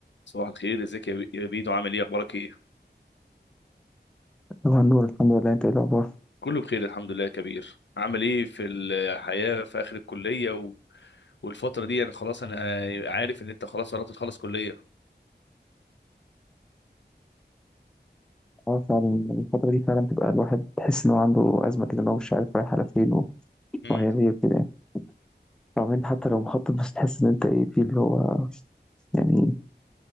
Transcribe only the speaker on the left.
صباح الخير ازيك يا بي- يا بيدو عامل ايه اخبارك ايه
كله بخير الحمد لله يا كبير عامل ايه في الحياة في اخر الكلية و... والفترة دي انا خلاص انا عارف ان انت خلاص قربت تخلص كلية
مم.